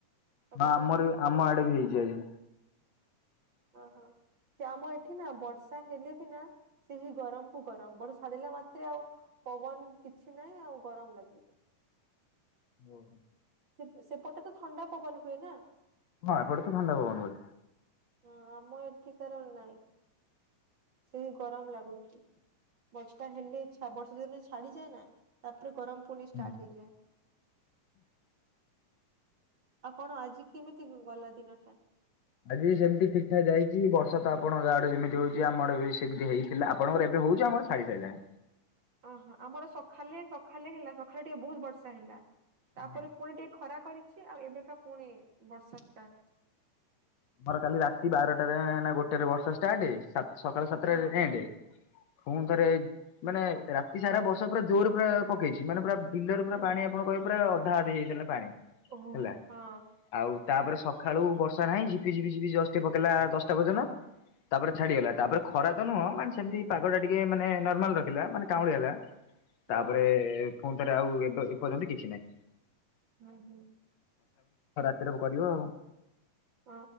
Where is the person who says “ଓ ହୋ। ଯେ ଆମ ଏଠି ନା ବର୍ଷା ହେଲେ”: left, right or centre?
Right